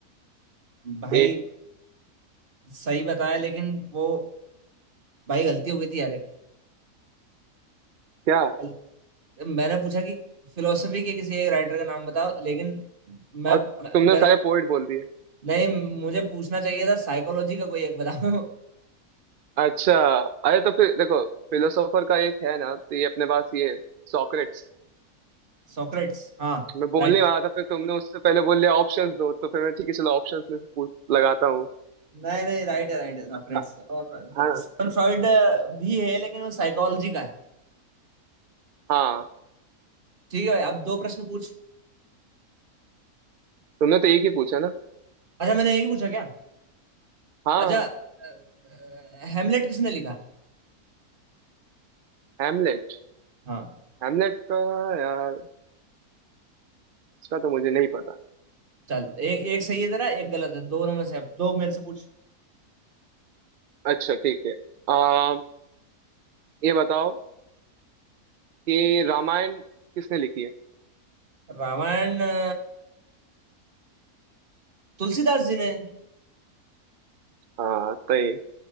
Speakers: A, on the right; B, on the right.
A: भाई
B: ए
A: सही बताया लेकिन वो भाई गलती हो गई थी यार
B: क्या
A: एक मैंने पूछा कि फिलोसफी के किसी एक राइटर का नाम बताओ लेकिन मैं
B: और तुमने
A: मेरा
B: सारे पोइट बोल दिए।
A: नहीं मुझे पूछना चाहिए था साइकोलॉजी का कोई एक बताओ <laughs>
B: अच्छा अरे तो फिर देखो फिलोसोफर का एक है ना तो ये अपने पास ये सॉक्रेट्स
A: सोक्रेट्स हाँ
B: मैं बोलने
A: राइट
B: वाला था फिर तुमने उससे पहले बोल लिया ऑप्शंस दो तो फिर मैं ठीक है चलो ऑप्शंस में से पूछ लगाता हूँ
A: नहीं नहीं राइट है राइट है सोक्रेट्स
B: हाँ
A: और
B: हाँ
A: सिमन फ्रॉइड भी है लेकिन वो साइकोलॉजी का है
B: हाँ,
A: ठीक है भाई अब दो प्रश्न पूछ
B: तुमने तो एक ही पूछा ना
A: अच्छा मैंने एक ही पूछा क्या
B: हाँ
A: अच्छा अ, अ, हेमलेट किसने लिखा
B: हेमलेट
A: हाँ
B: हेमलेट का यार इसका तो मुझे नहीं पता
A: चल एक एक सही है तेरा एक गलत है दोनों में से दो मेरे से पूछ
B: अच्छा ठीक है आ, ये बताओ कि रामायण किसने लिखी है
A: रामायण अ, तुलसीदास जी ने
B: हाँ सही